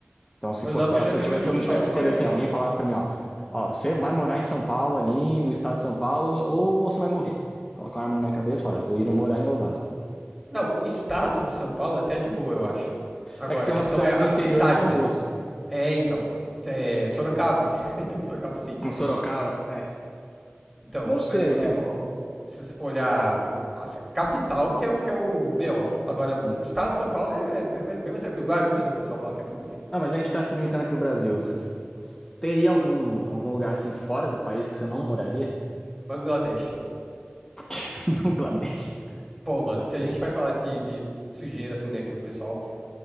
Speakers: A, on the left; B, in the centre.
A: Então, se
B: Osasco
A: fosse para,
B: eu já
A: se
B: vi
A: eu tivesse,
B: muita
A: se
B: gente
A: eu não tivesse
B: falando
A: escolha
B: que é.
A: assim, alguém falasse pra mim, ó, ó, você vai morar em São Paulo ali, no estado de São Paulo, ou você vai morrer. Coloca uma arma na minha cabeça e fala, eu iria morar em Osasco.
B: Não, o estado de São Paulo até é de boa, eu acho. Agora,
A: É que tem
B: a questão
A: umas cidades
B: é a,
A: do interior
B: a cidade,
A: que são
B: né?
A: boas.
B: É, então. É Sorocaba, né? <laughs> Sorocaba City.
A: Em Sorocaba, é.
B: Então,
A: Não
B: mas
A: sei,
B: se você
A: né?
B: for, se você for olhar o- a c- capital, que é o que é o BO. Agora,
A: Sim.
B: o estado de São Paulo é, é mais- bem mais tranquilo. Guarulhos, né? O pessoal fala que é bom também.
A: Não, mas a gente tá se limitando aqui do Brasil. Cês- teria algum, algum lugar assim fora do país que você não moraria?
B: Bangladesh.
A: <laughs> Porque Bangladesh.
B: Pô, mano, se a gente vai falar de, de sujeira, assim, né? Que o pessoal.